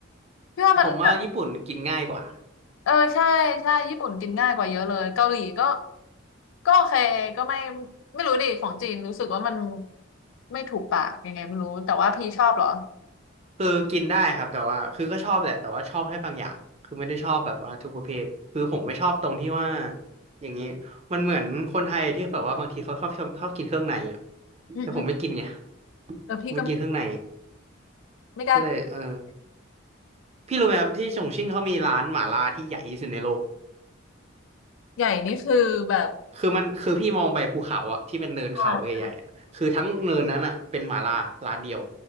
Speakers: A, on the left; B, on the right.
A: พี่ว่ามันแบบ
B: ผมว่าญี่ปุ่นกินง่ายกว่า
A: เออใช่ใช่ญี่ปุ่นกินง่ายกว่าเยอะเลยเกาหลีก็ก็โอเคก็ไม่ไม่รู้ดิของจีนรู้สึกว่ามันไม่ถูกปากยังไงไม่รู้แต่ว่าพี่ชอบเหรอ
B: คือกินได้ครับแต่ว่าคือก็ชอบแหละแต่ว่าชอบให้บางอย่างคือไม่ได้ชอบแบบว่าทุกประเภทคือผมไม่ชอบตรงที่ว่าอย่างนี้มันเหมือนคนไทยที่แบบว่าบางทีเขาชอบชอบชอบกินเครื่องในอ่ะ
A: อืมอืม
B: แต่ผมไม่กินไง
A: เออพี่ก็ไม่
B: ผมไม่กินเครื่องใน
A: ไม่กล้า
B: ก็เลยเออพี่รู้ไหมครับที่ฉงชิ่งเขามีร้านหม่าล่าที่ใหญ่ที่สุดในโลก
A: ใหญ่นี่คือแบบ
B: คือมันคือพี่มองไปภูเขาอะที่เป็นเนินเขาใหญ่ๆอะคือทั้งเนินนั้นอะเป็นหม่าล่าร้านเดียว
A: อ่า